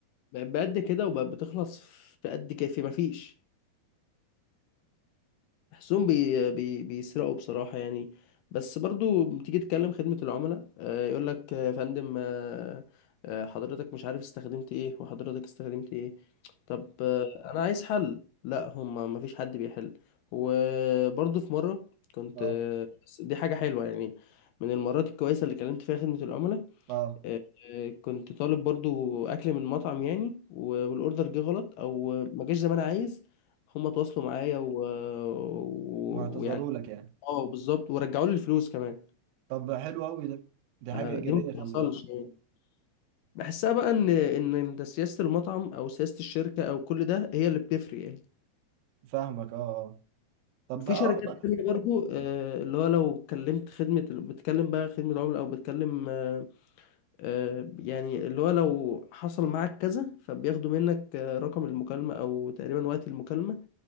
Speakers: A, on the left; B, on the right.
A: بقت بقد كده وبقت بتخلص في قد كده في مفيش بحسهم بي بي بيسرقوا بصراحة يعني بس برضو بتيجي تكلم خدمة العملاء آه، يقول لك آه، يا فندم آه، آه، حضرتك مش عارف استخدمت ايه وحضرتك استخدمت ايه طب آه، انا عايز حل لا هم ما فيش حد بيحل وبرضو في مرة كنت
B: اه
A: آه، بس دي حاجة حلوة يعني من المرات الكويسة اللي كلمت فيها خدمة العملاء
B: اه
A: آه، كنت طالب برضو اكل من مطعم يعني و- والاوردر جه غلط او ما جاش زي ما انا عايز هم تواصلوا معايا و- و-
B: واعتذروا
A: ويعني
B: لك يعني
A: اه بالظبط ورجعوا لي الفلوس كمان
B: طب حلو قوي ده دي حاجة
A: آه،
B: إيجابية
A: دي ما بتحصلش
B: خلي بالك
A: يعني بحسها بقى ان ان انت سياسه المطعم او سياسه الشركه او كل ده هي اللي بتفرق يعني
B: فاهمك اه اه طب
A: وفي
B: بقى- اه
A: شركات
B: بقى.
A: تانية برضو آه، اللي هو لو كلمت خدمة بتكلم بقى خدمة عملاء أو بتكلم آه، آه، يعني اللي هو لو حصل معاك كذا فبياخدوا منك آه، رقم المكالمة أو تقريبا وقت المكالمة